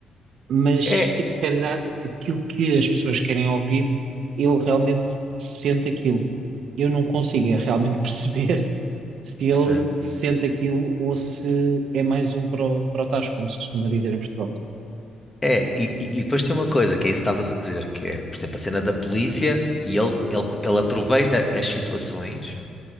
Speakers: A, on the right; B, on the left.
A: mas
B: é,
A: se calhar aquilo que as pessoas querem ouvir, ele realmente sente aquilo. Eu não consigo é realmente <laughs> perceber se ele
B: sim.
A: sente aquilo ou se é mais um para o, para o tacho, como se costuma dizer em Portugal.
B: É, e, e- e depois tem uma coisa que é isso que estavas a dizer, que é, por exemplo, a cena da polícia e ele, ele, ele aproveita as situações